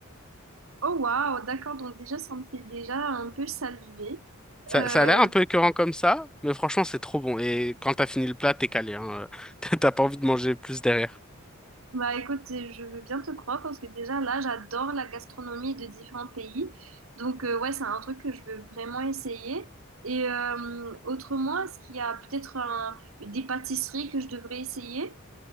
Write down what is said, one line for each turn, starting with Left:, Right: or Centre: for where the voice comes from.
Right: Oh, waouh! D'accord. Donc déjà, ça me fait déjà un peu saliver.
Centre: Ça,
Right: Euh,
Centre: ça a l'air un peu écœurant comme ça, mais franchement, c'est trop bon. Et quand t'as fini le plat, t'es calé, hein. <laughs> T'as t'as pas envie de manger plus derrière.
Right: Bah écoute, je veux bien te croire parce que déjà là, j'adore la gastronomie de différents pays. Donc euh, ouais, c'est un truc que je veux vraiment essayer. Et euh, autrement, est-ce qu'il y a peut-être un- des pâtisseries que je devrais essayer?